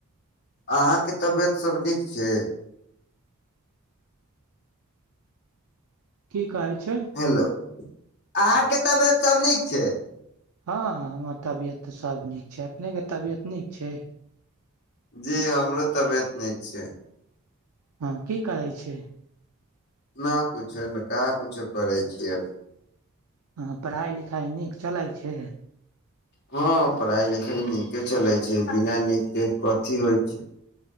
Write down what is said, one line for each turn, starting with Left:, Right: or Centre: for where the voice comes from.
Left: अहाँके तबियत सब नीक छै।
Right: की कहै। छैओ।
Left: हेलो अहाँके तबियत सब नीक छै।
Right: हँ हमर तबियत तऽ सब नीक छै अपनेके तबियत नीक छै।
Left: जी हमरो तबियत नीक छै।
Right: हँ की करै छै।
Left: न कुछो का कुछो करै छियै अभी।
Right: हँ पढ़ाइ लिखाइ नीक चलै छै।
Left: हँ पढ़ाई लिखाई नीके चलै छै बिना नीक के कथी होइ छै।